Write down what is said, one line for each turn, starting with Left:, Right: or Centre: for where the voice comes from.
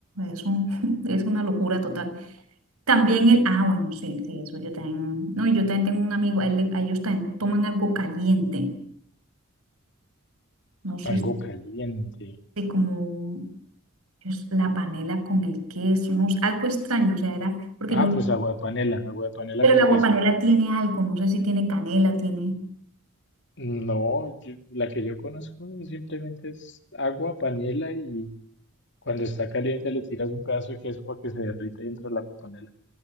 Right: Es un, <laughs> es una locura total. También el, ah, bueno, sí, sí, eso yo también, no, yo también tengo un amigo, a él le- a ellos también toman algo caliente, no sé
Left: Algo caliente.
Right: si como un- es la panela con el queso, no sé, algo extraño, o sea, era, porque
Left: Ah,
Right: yo,
Left: pues agua de panela, agua de panela
Right: pero
Left: con
Right: el agua
Left: queso.
Right: panela tiene algo, no sé si tiene canela, tiene,
Left: No, yo- la que yo conozco simplemente es agua, panela y cuando está caliente le tiras un pedazo de queso para que se derrita y entra el agua panela.